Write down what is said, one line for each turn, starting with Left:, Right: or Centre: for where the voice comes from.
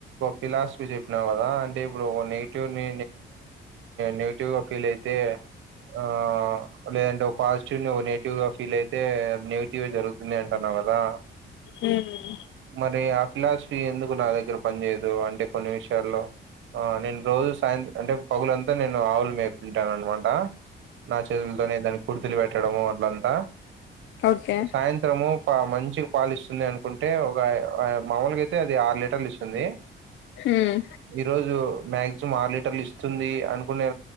Right: ఫిలాసఫీ చెప్ నావు కదా అంటే ఇప్పుడు నెగిటివ్ నీ నెగిటివ్ గా ఫీల్ అ తే ఆ లేదంటే ఒక పాజిటివ్ నెగ టివ్ గా ఫీల్ అయితే నెగిటివ్ జరుగుతుంది అంటన్నవ్ కదా
Left: మ్
Right: మరి ఆ ఫిలాసఫీ ఎందుకు నా దగ్గర పని చేయదు అంటే కొన్ని విషయాల్లో ఆ నేను రోజు సాయంత్రం అంటే పగులంతా నేను ఆవులు మేపు తుంటాను అనమాట నా చేతులతోనే దానికి కుడితీలు పెట్టడము అట్లాంత
Left: ఓకే
Right: సాయంత్రము పా మంచి పాలిస్తుంది అనుకుంటే ఒక ఆ మామూలుగా అయితే అది ఆరు లీటర్లు ఇస్తుంది
Left: ఉమ్
Right: ఈరోోజు మాక్సిమం ఆరు లీటర్లు ఇస్తుంది అనుకునే